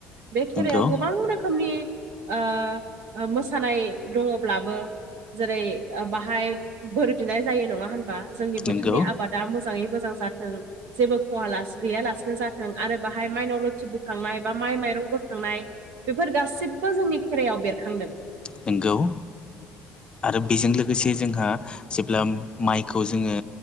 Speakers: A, on the right; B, on the left.
A: बे खेरायाव
B: नंगौ
A: गोबां रोखोमनि ओ मोसानाय दङब्लाबो जेरै बाहाय बोर बिनाय जायो नङा होन बा जोंनि बोथोरनि
B: नंगौ
A: आबादा मोजाङै मोजां जाथों जेबो खवा ला गैयालासिनो जाथों आरो बाहाय माइनाव लोखि बोखांनाय बा माइ माइरं बोखांनाय बेफोर गासिबो जोंनि खेराइायाव बेरखांदों
B: नोंगौ आरो बेजों लोगोसे जोंहा जेब्ला माइखौ जोङो